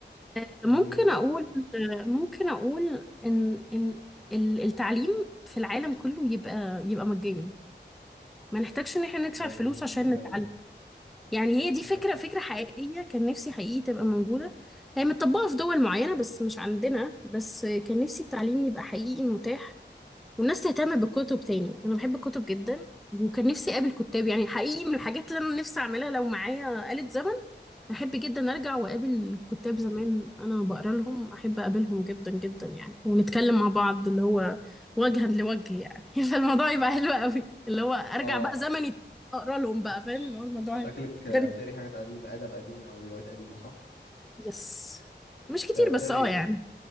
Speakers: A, in the centre; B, on the left (about 70°).
A: آه،
B: آه،
A: ممكن
B: براحتك
A: اقول آه، ممكن اقول ان ان ال- التعليم في العالم كله يبقى يبقى مجاني ما نحتاجش ان احنا ندفع
B: جميل
A: فلوس عشان نتعلم
B: قوي
A: يعني هي دي
B: عندك
A: فكرة
B: حق
A: فكرة حقيقية كان نفسي حقيقي تبقى موجودة هي متطبقة في دول معينة بس مش عندنا بس آه، كان نفسي التعليم يبقى حقيقي متاح والناس تهتم بالكتب تاني انا بحب الكتب جدا وكان نفسي اقابل كتاب يعني حقيقي من الحاجات اللي انا نفسي اعملها لو معايا آلة زمن احب جدا ارجع واقابل كتاب زمان انا بقرا لهم احب اقابلهم جدا جدا يعني ونتكلم مع بعض اللي هو وجها لوجه يعني <laughs> فالموضوع يبقى حلو قوي اللي هو ارجع
B: اه
A: بقى زمني اقرا لهم بقى
B: انت
A: فاهم
B: ش-
A: اللي هو الموضوع
B: شكلك
A: يبقى
B: آه،
A: غريب
B: بتقري حاجات قديمه ادب قديم او روايات قديمه صح
A: يس مش كتير
B: آه، بتاري
A: بس اه يعني